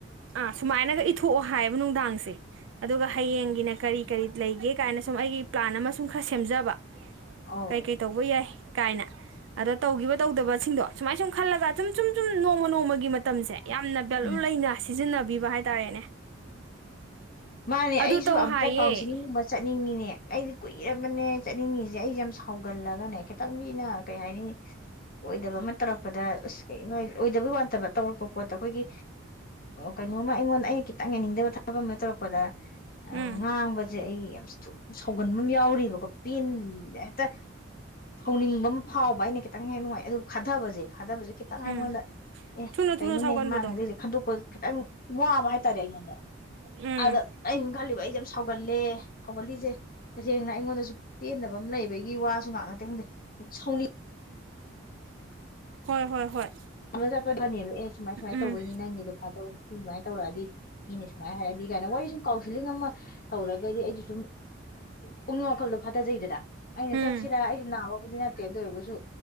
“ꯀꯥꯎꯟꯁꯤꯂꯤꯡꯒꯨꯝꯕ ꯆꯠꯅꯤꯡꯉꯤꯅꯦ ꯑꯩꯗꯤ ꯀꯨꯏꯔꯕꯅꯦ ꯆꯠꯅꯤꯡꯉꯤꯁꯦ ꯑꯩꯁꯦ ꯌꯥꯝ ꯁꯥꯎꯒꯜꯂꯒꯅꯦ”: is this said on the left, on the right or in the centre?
Left